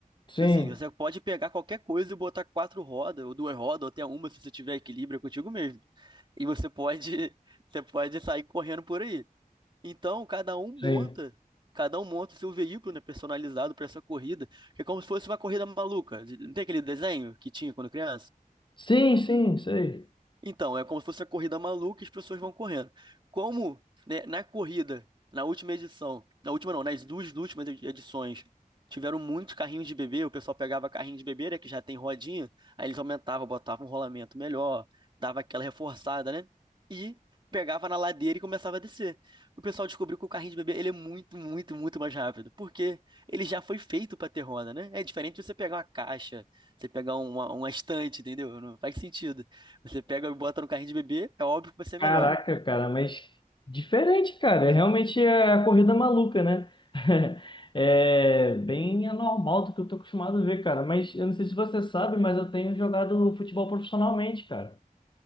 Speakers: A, on the left; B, on the right.
A: Sim,
B: Tipo assim, você pode pegar qualquer coisa e botar quatro rodas, ou duas rodas, ou até uma, se você tiver equilíbrio, é contigo mesmo. E você pode, <laughs> você pode sair correndo por aí. Então, cada um monta,
A: sim.
B: cada um monta o seu veículo, né, personalizado para essa corrida, que é como se fosse uma corrida maluca. Não tem aquele desenho que tinha quando criança?
A: Sim, sim, sei.
B: Então, é como se fosse a corrida maluca e as pessoas vão correndo. Como, né, na corrida, na última edição, na última não, nas duas últimas edi- edições, tiveram muitos carrinhos de bebê, o pessoal pegava carrinho de bebê, né, que já tem rodinha, aí eles aumentavam, botavam um rolamento melhor, dava aquela reforçada, né? E pegava na ladeira e começava a descer. O pessoal descobriu que o carrinho de bebê, ele é muito, muito, muito mais rápido, porque ele já foi feito para ter roda, né? É diferente de você pegar uma caixa, você pegar uma, uma estante, entendeu? Não faz sentido. Você pega e bota no carrinho de bebê, é óbvio que vai ser
A: Caraca,
B: melhor.
A: cara, mas diferente, cara. É Realmente é a corrida maluca, né? <laughs> É bem anormal do que eu tô acostumado a ver, cara. Mas eu não sei se você sabe, mas eu tenho jogado futebol profissionalmente, cara.